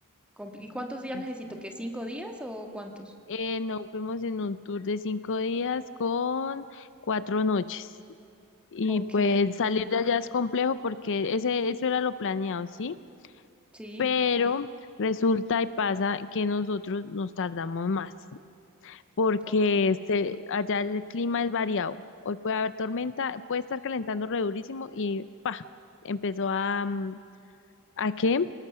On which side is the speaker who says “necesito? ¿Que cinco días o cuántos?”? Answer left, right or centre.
Centre